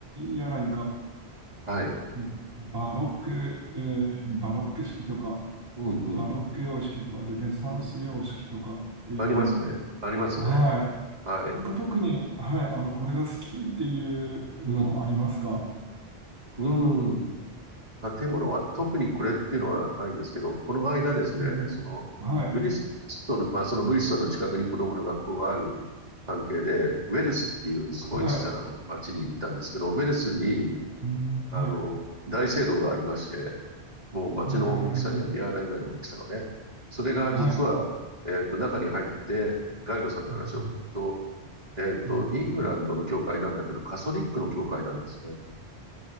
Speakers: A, on the right (about 20°); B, on the right (about 40°).
A: や何か、
B: はい。
A: うんバロック、えーバロック式とか、
B: うん、うん、
A: バロック様式とか、ルネサンス様式とかっていうの。
B: うん。ありますね。ありますね。
A: はい。
B: はい。
A: なんか特に、はい、あの、これが好きっていうのありますか
B: うん、うん。建物は特にこれっていうのはないんですけど、この間ですね、
A: うん。
B: その、
A: はい。
B: ブリストル、まあそのブリストルの近くに子供の学校がある関係で、ウェルスっていうすごい小さな町に行ったんですけど、
A: はい。
B: ウェルスに
A: うん、
B: あの、
A: はい。う
B: 大聖堂がありまして、もう街の大きさには見合わないぐらいの大きさのね。
A: ん。
B: それが実は、
A: はい。
B: えっと、中に入って、ガイドさんの話を聞くと、
A: うん、
B: えっと、
A: うん、
B: イングランドの教会なんだけど、
A: うん。
B: カソリックの教会なんですね。